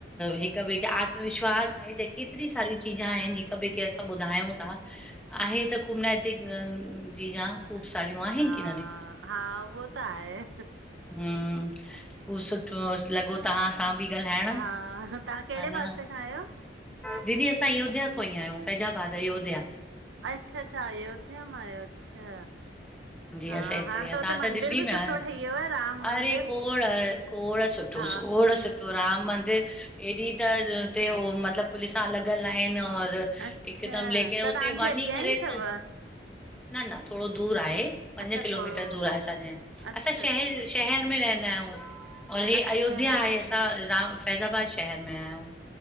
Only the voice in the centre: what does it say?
हिक ॿिए खे आत्मविश्वास आहे। च केतिरी सारी चीजा आहिन। हिक ॿिए खे असां ॿुधायूं था। आहे त। खूब न हित अ जिजा खूब सारियूं आहिनि
की
हूं, सुठो लॻो तव्हां तव्हां बि ॻाल्हाइण
हन
दीदी असां अयोध्या को ही आहियूं फैजाबाद अयोध्या।
जी
असां हिते
आहियूं।
त
दिल्ली
में
आहे न,
अरे
खोड़, खोड़ सुठो
खोड़ सुठो, राम मंदिर। ॾी त हुते मतिलब पुलिस सां लॻल आहिन औ
हिकदम, लेकिन
उते वञी
करे
त न न थोरो दूर आहे, पंज
किलोमीटर
दूर आहे असांजे,
असां शहर
शहर में रहंदा आहियूं और हे
अयोध्या आहे, असां राम, फैज़ाबाद शहर में आहियूं।